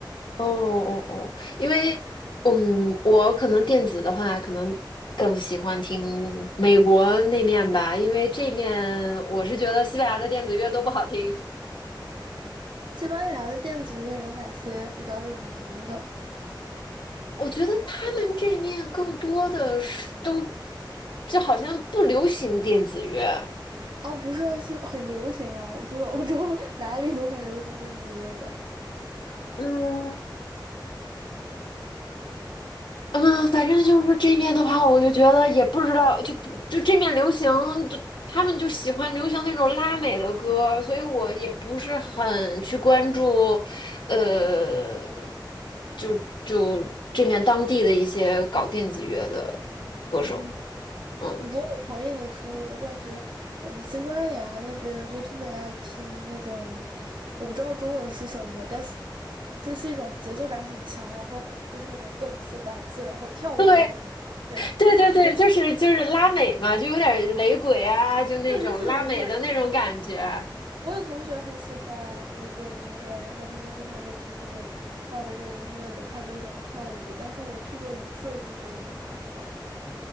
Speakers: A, on the left; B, on the right.
A: 哦哦哦，因为嗯，我可能电子的话，可能更喜欢听美国那面吧，因为这面我是觉得西班牙的电子乐都不好听。
B: 西班牙的电子乐有哪些比较有名的？
A: 我觉得他们这面更多的是都，就好像不流行电子乐。
B: 啊，不是啊，是 <laughs> 很流行啊，我觉得欧洲 <laughs> 哪里都很流行电子乐的。
A: 嗯嗯，反正就是这面的话，我就觉得也不知道，就就这面流行，就他们就喜欢流行那种拉美的歌，所以我也不是很去关注，呃，就就这面当地的一些搞电子乐的歌手。
B: 嗯，
A: 嗯，
B: 不过我同意你说的，我感觉，嗯，西班牙那边就特别爱听那种，我不知道中文是什么，但是这是一种节奏感很强，然后就是那种动次打次，然后跳舞的音乐。
A: 对，
B: 对，
A: 对对对，
B: 对，对，
A: 就是就是拉美嘛，就有点雷鬼啊，就那种拉美的那种感觉。
B: 就是雷鬼。我有同学很喜欢雷鬼音乐，然后他们经常会去这种放雷鬼音乐的派对上面跳舞。但是我去过一次，我就觉得就还好。